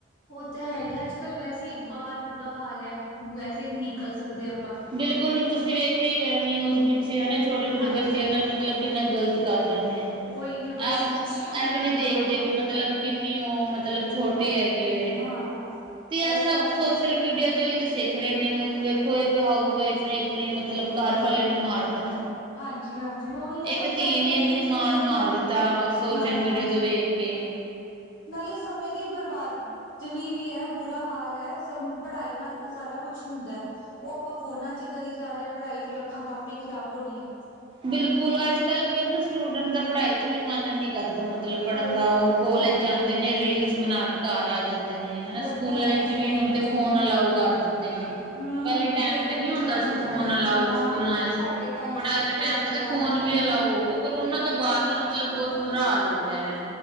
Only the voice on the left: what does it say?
ਉਹ ਤਾਂ ਹੈ ਹੀ ਅੱਜ-ਕੱਲ ਵੈਸੇ ਹੀ ਬਾਹਰ ਬੁਰਾ ਹਾਲ ਏ ਵੈਸੇ ਹੀ ਨਹੀਂ ਨਿਕਲ ਸਕਦੇ ਅਆ
ਹਾਂਜੀ
ਉਹੀ ਹੈ ਬਸ
ਬੱਚਿਆਂ
ਦਾ
ਤਾਂ
ਬੁਰਾ ਹਾਲ
ਹੈ
ਉਮਰ ਹੈ
ਕਿਵੇਂ ਹਾਂ
ਬਸ
ਸਾਰਿਆਂ
ਨੂੰ
ਹਾਂਜੀ ਹਾਂਜੀ ਉਹੀ ਹੈ
ਬਸ
ਅੱਜ
ਕੱਲ
ਇਹ ਚੀਜ਼ਾਂ
ਹੀ
ਹੈ
ਹਾਂ
ਨਾਲੇ ਸਮੇਂ ਦੀ ਬਰਬਾਦ ਵੀ ਵੀ ਐ ਬੁਰਾ ਹਾਲ ਐ, ਸ ਪੜ੍ਹਾਈ ਨਾਲ ਸਾਰਾ ਕੁਛ ਹੁੰਦਾ। ਓ ਆਪਾਂ ਫੋਨਾਂ ਚ ਹੀ ਕਰੀ ਜਾ ਰੇਆਂ ਪੜ੍ਹਾਈ ਫੇਰ ਅੱਖਾਂ ਤਾਂ ਆਪੇ ਹੀ ਖ਼ਰਾਬ ਹੋਣੀਏ।
ਉਹ
ਤੇ
ਹਾਂਜੀ
ਉਹ
ਤਾਂ ਹੈ ਹੀ
ਹੈ
ਹਮ
ਕਈ
ਵੱਡੀ
ਕਲਾਸਾਂ
ਚ
ਤਾਂ
ਨਾ
ਸਾਡੇ ਟਾਈਮ
ਚ
ਤਾਂ ਕਿੱਥੇ
ਲੈ
ਕੇ
ਜਾਣ